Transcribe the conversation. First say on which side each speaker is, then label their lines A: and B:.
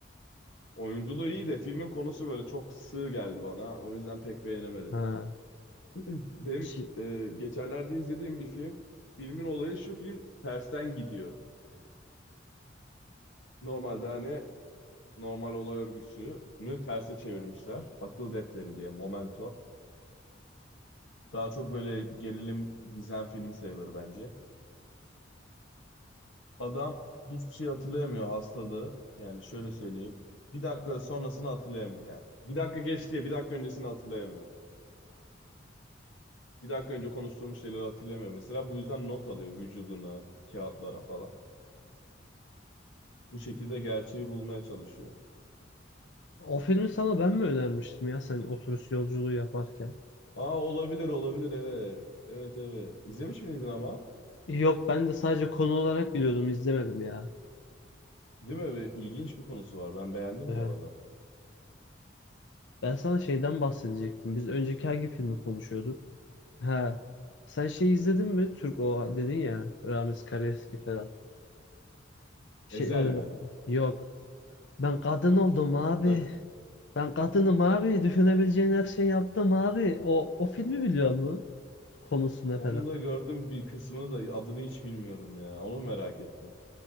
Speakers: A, on the left; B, on the left.
A: Oyunculuğu iyi de filmin konusu böyle çok sığ geldi bana. O yüzden pek beğenemedim.
B: Ha.
A: <clears throat> Benim
B: Şi-
A: e, geçenlerde izlediğim bir film. Filmin olayı şu film tersten gidiyor. Normalde hani normal olay örgüsünü terse çevirmişler. Akıl defteri diye Momento. Daha çok böyle gerilim gizem filmi sayılır bence. Adam hiçbir şey hatırlayamıyor hastalığı. Yani şöyle söyleyeyim. Bir dakika sonrasını hatırlayamıyor yani. Bir dakika geç diye bir dakika öncesini hatırlayamıyor. Bir dakika önce konuştuğumuz şeyleri hatırlayamıyor mesela. Bu yüzden not alıyor vücuduna, kağıtlara falan. Bu şekilde gerçeği bulmaya çalışıyor.
B: o filmi sana ben mi önermiştim ya sen otobüs yolculuğu yaparken?
A: Aa olabilir olabilir evet. Evet evet. İzlemiş miydin ama?
B: Yok ben de sadece konu olarak biliyordum izlemedim ya.
A: Değil mi? Ve İlginç bir konusu var. Ben beğendim
B: Evet.
A: bu arada.
B: Ben sana şeyden bahsedecektim. Biz önceki hangi filmi konuşuyorduk? Ha. Sen şey izledin mi? Türk o dedin ya. Ramiz Karaeski falan. Şey,
A: Ezel
B: e,
A: mi?
B: yok. Ben kadın oldum abi.
A: Da,
B: Ben kadınım abi. Düşünebileceğin her şeyi yaptım abi. O, o filmi biliyor musun? Konusunu
A: onun
B: falan.
A: da gördüm bir kısmını da adını hiç bilmiyorum ya. Onu merak ettim.